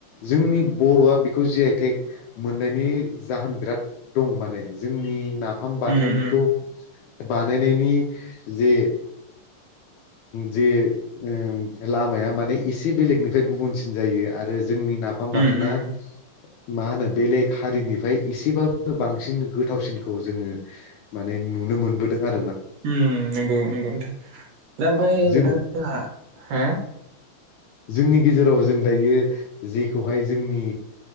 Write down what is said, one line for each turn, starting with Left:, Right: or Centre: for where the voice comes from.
Left: जोंनि बर'आ बेखौ जि आइ टेक मोननायनि जाहोन बिराद दं माने जोंनि ना नाफाम बाथोनखौ
Right: उम उम
Left: बानायनायनि जे जे ओम लामाया ओम माने एसे बेलेगनिफ्राय गुबुनसिन जायो आरो जोंनि फाम बाथोना
Right: उम उम
Left: मा होनो बेलेग हारिनिफ्राय एसेबाबो बांसिन गोथावसिनखौ जोङो माने नुनो मोनबोदों आ
Right: ओम नंगौ नंगौ नोंथां दा ओमफ्राय
Left: जों
Right: नोंथांहा हो
Left: जोंनि गेजेराव जों दायो जि खौहाय जोंनि